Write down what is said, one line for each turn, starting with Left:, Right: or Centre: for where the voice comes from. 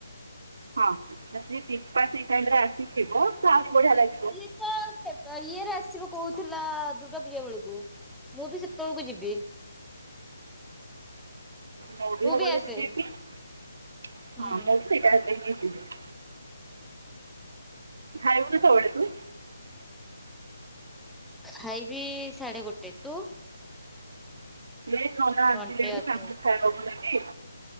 Right: ହଁ ଯଦି ସିପା ସେଇ ଟାଇମରେ ଆସିଥିବ ତ ଆହୁରି ବଢିଆ ଲାଗି
Centre: ସିଏ ତ ସେ ଇଏରେ ଆସିବ କୋଉଥିଲା ଦୁର୍ଗା ପୂଜା ବେଳକୁ। ମୁଁ ବି ସେତେବେଳକୁ ଯିବି।
Right: ମୁଁବି
Centre: ତୁ
Right: ହବ
Centre: ବି ଆସେ
Right: ଯଦି ଯିବି ହଁ
Centre: ହୁଁ
Right: ମୁଁ ବି ସେ ଟାଇମ୍ ରେ ହିଁ ଯିବି। ଖାଇବୁ କେତବେଳେତୁ।
Centre: ଖାଇବି ସାଢେ ଗୋଟେ ତୁ?
Right: ଏ ନନା ଆସିଲେଣି
Centre: ଘଣ୍ଟେ ଅଧେ
Right: ତାଙ୍କୁ ଖାଇବାକୁ ଦେବି।